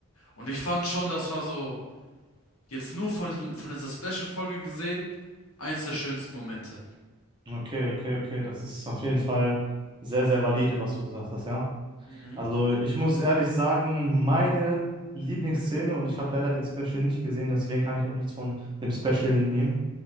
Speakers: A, on the left; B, on the right.
A: Und ich fand schon, das war so, jetzt nur von, diesem- von dieser Special-Folge gesehen, eins der schönsten Momente.
B: Okay, okay, okay. Das ist auf jeden Fall sehr, sehr valide, was du gesagt hast, ja.
A: Mhm.
B: Also ich muss ehrlich sagen, meine Lieblingsszene, und ich habe leider den Special nicht gesehen, deswegen kann ich auch nichts von dem Special nehmen,